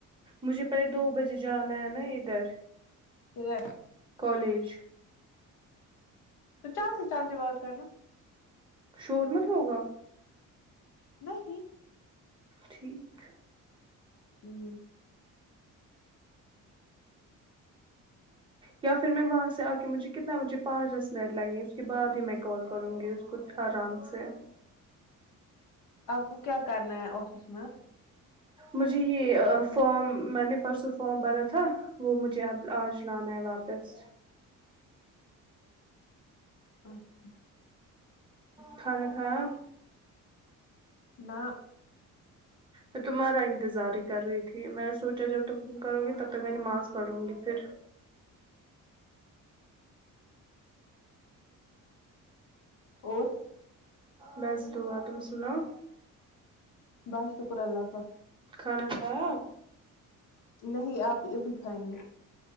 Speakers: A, on the right; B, on the left.
A: مجھے پہلے دو بجے جانا ہے نا ادھر
B: کدھر
A: کالج
B: تو چلتے چلتے بات کرنا
A: شور مت ہوگا
B: نہیں
A: ٹھیک
B: ہوں
A: یا پھر میں وہاں سے آ کے مجھے کتنا بجے پانچ دس منٹ لگیں گے اس کے بعد ہی میں کال کروں گی اس کو آرام سے
B: آپ کو کیا کرنا ہے آفس میں
A: مجھے یہ فارم میں نے پرسوں فارام بھرا تھا وہ مجھے اب آج لانا ہے واپس
B: اچھا
A: کھانا کھایا
B: نا
A: میں تمہارا انتظار ہی کر رہی تھی میں نے سوچا جب تک تم کرو گی تب تک میں نماز پڑھوں گی پھر
B: اور
A: بس دعا تم سناؤ
B: بس شکر اللہ کا
A: کھانا کھایا
B: نہیں اپی ابھی کھائیں گے